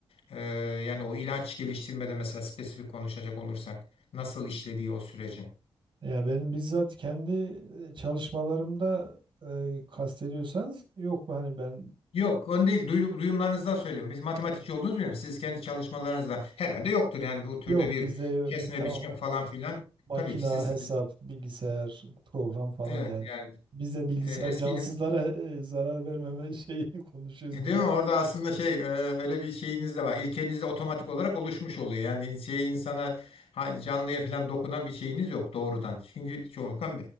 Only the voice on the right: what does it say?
Ya benim bizzat kendi e, çalışmalarımda e, kastediyorsanız yok hani ben
yok
bizde yo-
biz tamamen
Makina,
hesap, bilgisayar, program falan
yani.
Biz de bilgisayar
cansızlara e, zarar vermeme şeyini <laughs> konuşuyoruz
biz
de.